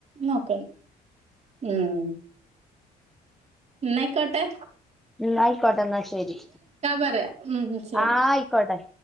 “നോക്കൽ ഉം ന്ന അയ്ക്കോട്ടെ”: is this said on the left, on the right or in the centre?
Right